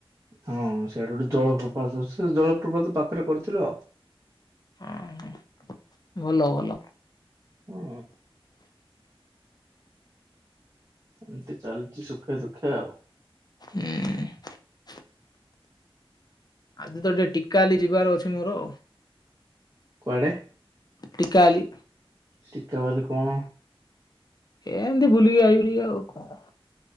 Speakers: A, on the right; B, on the left.
A: ହଁ ସେଇଆଡେ ଗୋଟେ ଜଳପ୍ରପାତ ଅଛି ସେ ଜଳପ୍ରପାତ ପାଖରେ କରିଥିଲ।
B: ହଁ ହଁ ଭଲ ଭଲ।
A: ହୁଁ। ଏମିତି ଚାଲିଚି ସୁଖେ ଦୁଃଖେ ଆଉ।
B: ହୁଁ। ଆଜି ତ ଟିକେ ଟିକାଲି ଯିବାର ଅଛି ମୋର।
A: କୁଆଡେ?
B: ଟିକାଆଲି।
A: ଟିକାବାଲି କଣ?
B: ଏମତି ବୁଲି ଆଇବୀ ଟିକେ ଆଉ କଣ?